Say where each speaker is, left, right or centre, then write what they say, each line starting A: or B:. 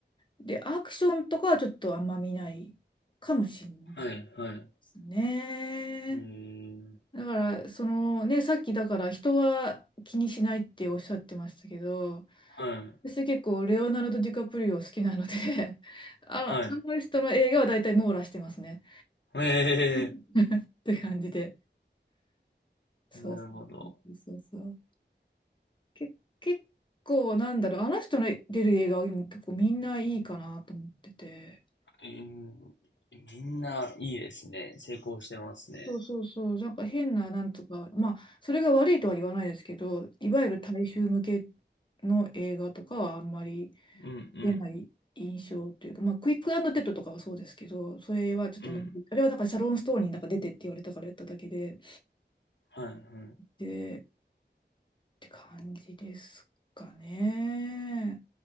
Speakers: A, on the left; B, on the left.
A: で、アクションとかはちょっとあんま見ないかもしれないで
B: はい、はい。
A: すね。
B: えー、
A: だから、そのね、さっきだから人は気にしないっておっしゃってましたけど、
B: はい、
A: 私結構レオナルド・ディカプリオ好きなので <laughs> あの、
B: は
A: あの人の映画は大体網羅してますね。
B: い。え
A: うんって感じで。そうそうそうそう。
B: ー、なるほど。
A: け、結構なんだろう、あの人の出る映画は結構みんないいかなと思ってて。
B: えー、みんないいですね。成功してますね。
A: そうそうそう、なんか変ななんとか、まあ、それが悪いとは言わないですけど、いわゆる大衆向けの映画とかはあんまり
B: うん、うん、
A: 出ない印象というか、まあ、クイックデッドとかはそうですけど、それはちょっとの、
B: うん。
A: あれはなんかシャロン・ストーンになんか出てって言われたからやっただけで、
B: はい、はい。
A: で、って感じですかね。